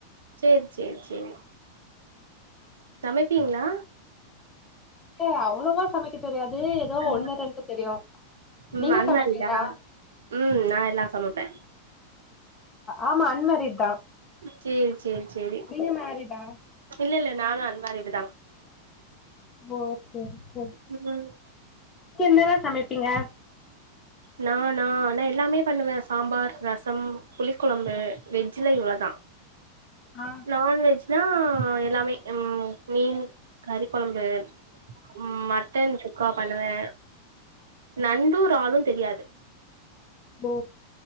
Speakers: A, on the right; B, on the left.
A: சரி சரி சரி சமைப்பீங்களா
B: இல்ல அவ்ளோவா சமைக்க தெரியாது எதோ
A: ஆ
B: ஒண்ணு ரெண்டு தெரியு
A: ம்
B: நீங்க
A: அன்மேரிடா
B: சமைப்பீங்களா
A: ம் நா எல்லா சமைப்ப
B: ஆமா அன்மேரிட் தா
A: சரி சரி சரி
B: நீங்க மேரிடா
A: இல்ல இல்ல நானு அன்மேரிட் தா
B: <unintelligible>
A: ம்
B: நீங்க என்னலா சமைப்பீங்க
A: நான் நான் ஆனா எல்லாமே பண்ணுவேன் சாம்பார் ரசம் புளி குழம்பு வெஜ்ஜ்ல இவ்ளோதா
B: ஆ
A: நான்வெஜ் னா எல்லாமே ம் மீன் கறி குழம்பு ம் மட்டன் சுக்கா பண்ணுவே நண்டு இறாலு தெரியாது
B: போ